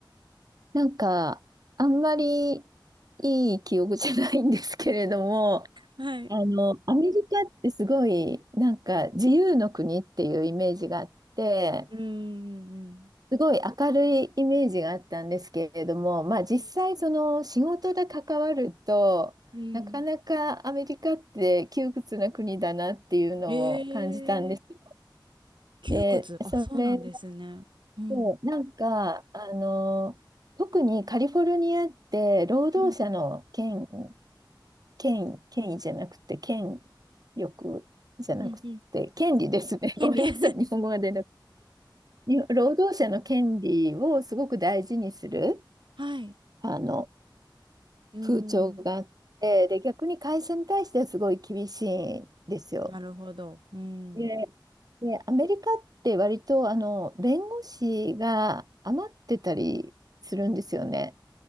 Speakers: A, on the right; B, on the right.
A: なんか、あんまりいい記憶じゃないんですけれども、
B: はい。
A: あの、アメリカってすごい、なんか、自由の国っていうイメージがあって、
B: うんうん
A: すごい明るいイメージがあったんですけれども、まあ、
B: うん。
A: 実際、その仕事で関わると、
B: うんうん。
A: なかなかアメリカって窮屈な国だなっていうのを感じたんですよ。
B: えー、窮屈。
A: で、
B: あ、
A: それ
B: そうなんですね。うん。
A: そう、なんか、あの、特にカリフォルニアって労働者の権、
B: うん
A: 権、権威じゃなくて、権力じゃなくて、
B: うんうん
A: 権利ですね。
B: 権利。
A: <laughs> ごめんなさい、
B: <laughs>
A: 日本語が出なくて。に労働者の権利をすごく大事にする、
B: はい。
A: あの、
B: うーん。
A: 風潮があって、で、逆に会社に対してはすごい厳しいんですよ。
B: なるほど。うん。
A: で、で、アメリカって割と、あの、弁護士が余ってたりするんですよね。